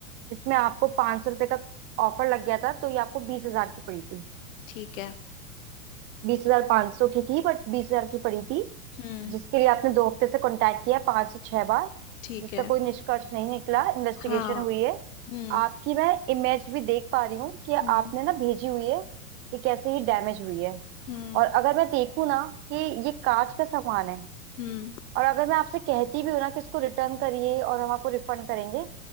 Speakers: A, on the right; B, on the left.
A: जिसमें आपको पाँच सौ रुपये का ऑफर लग गया था तो ये आपको बीस हजार की पड़ी थी
B: ठीक है
A: बीस हजार पाँच सौ की थी बट बीस हजार की पड़ी थी
B: हम्म
A: जिसके लिए आपने दो हफ्ते से कांटेक्ट किया पांच से छह बार
B: ठीक
A: जिसका
B: है
A: कोई निष्कर्ष नहीं निकला इन्वेस्टिगेशन
B: हाँ
A: हुई है
B: हम्म
A: आपकी मैं इमेज भी देख पा रही हूँ कि
B: हम्म
A: आपने ना भेजी हुई है कि कैसे ये डैमेज हुई है
B: हम्म
A: और अगर मैं देखूँ ना कि ये कांच का सामान है
B: हम्म
A: और अगर मैं आपसे कहती भी हूँ ना कि इसको रिटर्न करिए और हम आपको रिफंड करेंगे